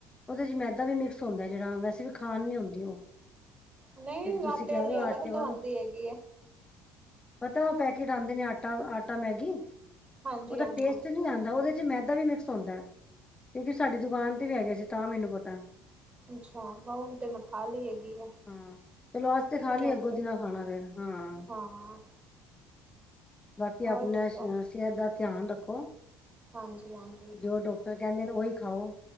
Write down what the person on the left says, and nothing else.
ਉਦੇ ਚ ਮੈਦਾ ਵੀ ਮਿਕਸ ਹੁੰਦਾ ਜਿਹੜਾ ਵੈਸੇ ਵੀ ਖਾਣ ਨੀ ਹੁੰਦੀ ਓ
ਜਿਹੜੀ ਤੁਸੀਂ
ਕਿਆ
ਨਾ
ਆਟੇ
ਵਾਲੀ
ਪਤਾ ਓ ਪੈਕੇਟ ਆਂਦੇ ਨੇ ਆਟਾ-ਆਟਾ ਮੈਗੀ
ਉਦਾ
ਟੇਸਟ ਨਈ ਆਂਦਾ ਉਦੇ 'ਚ ਮੈਦਾ ਵੀ ਮਿਕਸ ਹੁੰਦਾ ਹੈ ਕਿਉਂਕਿ ਸਾਡੀ ਦੁਕਾਨ ਤੇ ਵੀ ਹੈਗੇ ਸੀ ਤਾਂ ਮੈਨੂੰ ਪਤਾ
ਹਾਂ ਚਲੋ ਅੱਜ ਤੇ
ਖਾ ਲਈ
ਅੱਗੋਂ
ਦੀ ਨਾ ਖਾਣਾ ਫੇਰ ਹਾਂ
ਬਾਕੀ
ਆਪਣਾ
ਸਿਹਤ ਦਾ ਧਿਆਨ ਰੱਖੋ
ਜੋ ਡੋਕ ਟਰ ਕੈਂਦੇ ਨੇ ਉਹੀ ਖਾਓ